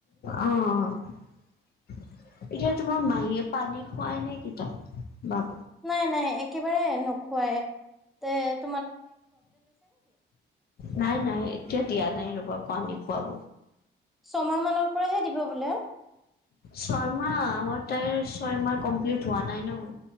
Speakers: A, on the left (about 50°); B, in the centre.
A: অ। এতিয়া তোমাৰ মাহীয়ে পানী খুৱাই নে কি তাক? বাপ
B: নাই নাই একেবাৰে নোখুৱাই এ
A: নাই নাই এতিয়া দিয়া নাই ৰ'বা পানী খুৱাব।
B: ছমাহ মানৰ পৰাহে দিব বোলে।
A: ছয় মাহ আমাৰ তাইৰ ছয় মাহ কমপ্লিট হোৱা নাই ন।